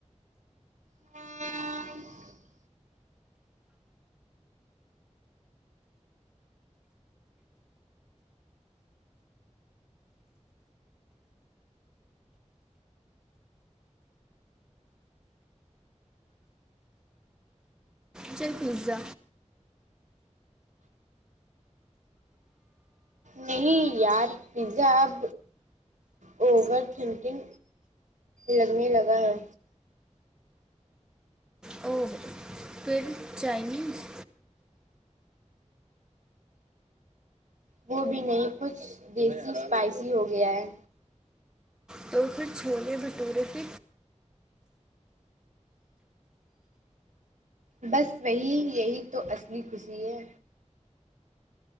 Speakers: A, on the right; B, in the centre.
A: <inaudible>
B: چکن پیزا
A: نہیں یار پزا اب اوور تھنکنگ لگنے لگا ہے
B: اور پھر چائنیز
A: وہ بھی نہیں کچھ دیسی اسپائسی ہو گیا ہے
B: تو پھر چھوولے بھٹورے پ
A: بس وہی یہی تو اصلی خوشی ہے